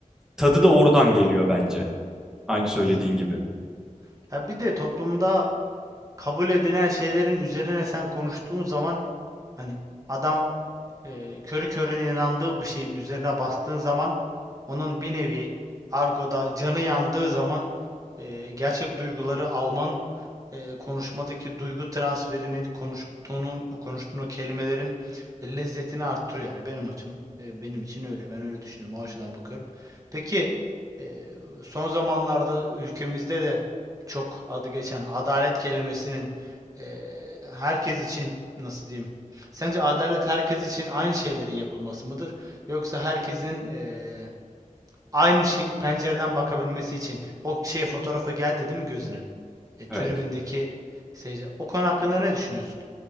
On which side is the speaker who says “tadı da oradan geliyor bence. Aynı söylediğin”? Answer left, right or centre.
Centre